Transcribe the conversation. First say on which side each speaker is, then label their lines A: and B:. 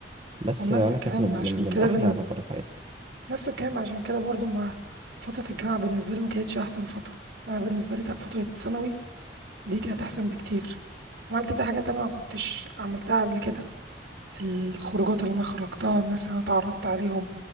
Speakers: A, on the right; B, on the right.
A: بس
B: ونفس
A: آه، أنا
B: الكلام
A: كانت من
B: عشان
A: من
B: كده
A: من أحلى
B: بالنسبه
A: فترات حياتي
B: نفس الكلام عشان كده برضو مع فترة الجامعة بالنسبة لي ما كانتش أحسن فترة أنا بالنسبة لي كانت فترة ثانوي دي كانت أحسن بكتير عملت فيها حاجات أنا ما كنتش عملتها قبل كده الخروجات اللي أنا خرجتها الناس اللي أنا اتعرفت عليهم